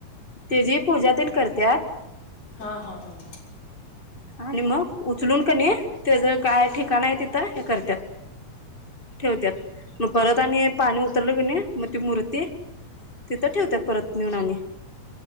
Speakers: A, on the left; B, on the left.
A: ते जी पूजा त्यांन करतात.
B: हा हा हा.
A: आणि मग उचलून कणी त्याच काय ठिकाण आहे तिथं हे करतात ठेवत्यात मग परत आणि पाणी उतरलं की नाही मग ती मूर्ती तिथं ठेवतात परत नेऊन आणि.